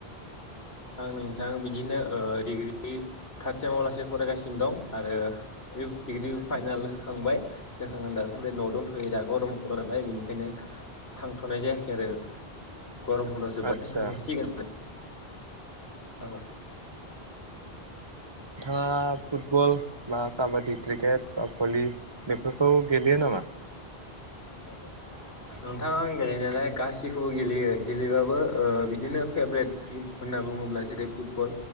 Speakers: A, on the left; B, on the right.
A: आं नोंथां बिदिनो ओ डिग्रि थार्द सेमाव लासेै फरायगासिनो दं आरो बेयाव डिग्रिबो फाइनाल होखांबाय जाखांना दासान्दै न'आव दंथ'यो दा गरम बन्द नालाय बेनिखायनो थांथ'नाय जायाखै आरो गरम बन्द जोब्बाथाय
B: आदसा
A: थांलायसिगोन औ
B: नोंथाङा फुटबल बा काबादि क्रिकेट बा भलि बेफोरखौ गेलेयो नामा?
A: <inaudible> नोंथा आं गेलेनायालाय गासिखौबो गेलेयो गेलेबाबो ओ बिदिनो फेभ्रेट किम होनना बुंङोब्ला जेरै फुटबल